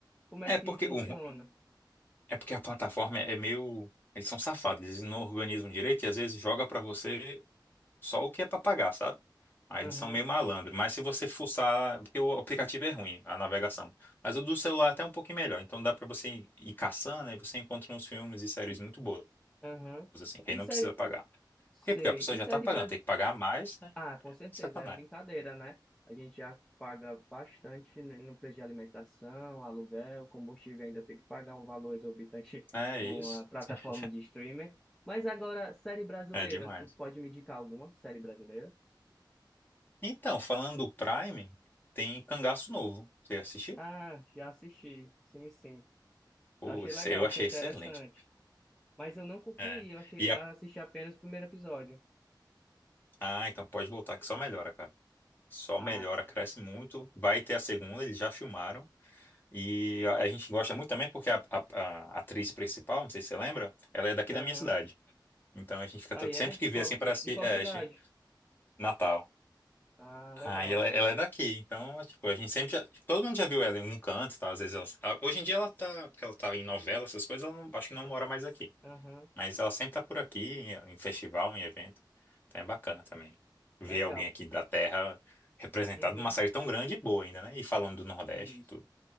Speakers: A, in the centre; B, on the left.
A: Como
B: É
A: é que
B: porque,
A: funciona?
B: o, ru- é porque a plataforma é meio. Eles são safados, eles não organizam direito e às vezes joga pra você só o que é pra pagar, sabe? Aí
A: Aham,
B: eles são meio malandro. Mas se você fuçar. Porque o aplicativo é ruim, a navegação. Mas o do celular é até um pouquinho melhor. Então dá pra você ir caçando e você encontra uns filmes e séries muito boas.
A: aham.
B: assim, quem
A: E
B: não
A: série.
B: precisa pagar.
A: Sei.
B: Por quê? Porque a pessoa
A: E
B: já
A: série
B: tá pagando,
A: brasileira?
B: tem que pagar mais, né?
A: Ah, com certeza,
B: Sacanagem.
A: é brincadeira, né? A gente já paga bastante no no preço de alimentação, aluguel, combustível, ainda tem que pagar um valor exorbitante
B: É
A: <laughs> numa
B: isso.
A: plataforma
B: <laughs>
A: de streaming. Mas agora, série brasileira,
B: É demais.
A: tu pode me indicar alguma série brasileira?
B: Então, falando do Prime, tem Cangaço Novo. Você assistiu?
A: Ah, já assisti, sim, sim.
B: Pô,
A: Achei
B: esse
A: legal,
B: eu
A: achei
B: achei
A: interessante.
B: excelente.
A: Mas eu não concluí,
B: É.
A: eu achei,
B: E a...
A: assisti apenas o primeiro episódio.
B: Ah, então pode voltar que só melhora, cara. Só
A: Ah,
B: melhora, cresce muito. Vai ter a segunda, eles já filmaram. E a a gente gosta muito também porque a, a- a atriz principal, não sei se você lembra, ela é daqui
A: aham.
B: da minha cidade. Então a gente fica
A: Aí
B: todo... sempre
A: é?
B: que vê
A: Qual-
B: assim para si,
A: de qual
B: é,
A: cidade?
B: a gente- Natal.
A: Ah, legal.
B: Ah, ela, ela é daqui, então, tipo, a gente sempre já, tipo, todo mundo já viu ela em um canto, tá? Às vezes ela, ah, hoje em dia ela tá, porque ela tá em novela, essas coisas, ela não, acho que não mora mais aqui.
A: Aham,
B: Mas ela sempre tá por aqui, em, em festival, em evento. Então é bacana também ver
A: legal.
B: alguém aqui da terra representado
A: Uhum,
B: numa série tão grande e boa ainda, né? E falando do Nordeste
A: isso.
B: e tudo.